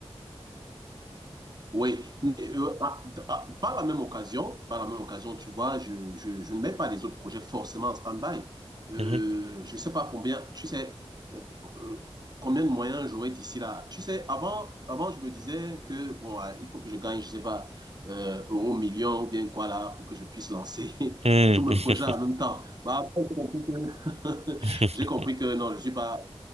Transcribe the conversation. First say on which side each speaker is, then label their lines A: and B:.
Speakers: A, on the right (about 40°); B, on the right (about 75°).
A: Oui, mais, euh, à- à- par la même occasion, par la même occasion, tu vois, je, je, je ne mets pas les autres projets forcément en stand-by. Euh,
B: Mhm.
A: je ne sais pas combien, tu sais, euh, euh, combien de moyens j'aurai d'ici là. Tu sais, avant, avant, je me disais que, bon, euh, il faut que je gagne, je ne sais pas, euh, euro, million ou bien quoi là, pour que je puisse lancer <laughs>
B: Mhm.
A: tous mes projets en même temps. Bah, après, j'ai compris que
B: <laughs>
A: <laughs> j'ai compris que non, je ne suis pas